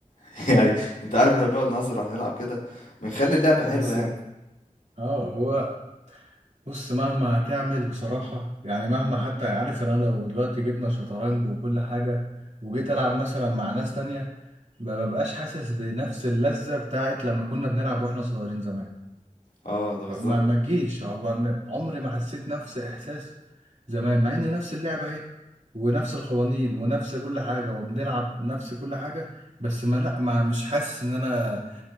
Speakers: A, on the left (about 80°); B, on the right (about 60°).
A: <laughs> يعني أنت عارف إحنا بنقعد نهزّر وإحنا بنلعب كده، بنخلّي اللعبة حلوة
B: بس
A: يعني.
B: بقى. اه هو بص مهما هتعمل بصراحة يعني مهما حتى عارف ان انا لو دلوقتي جبنا شطرنج وكل حاجة وجيت العب مثلا مع ناس تانية ما ببقاش حاسس بنفس اللذة بتاعت لما كنا بنلعب واحنا صغيرين زمان
A: آه، ده بالضبط.
B: ما ما تجيش عم- ما- عمري ما حسيت نفس احساس زمان مع ان نفس اللعبه اهي ونفس القوانين ونفس كل حاجه وبنلعب نفس كل حاجه بس ما لا ما مش حاسس ان انا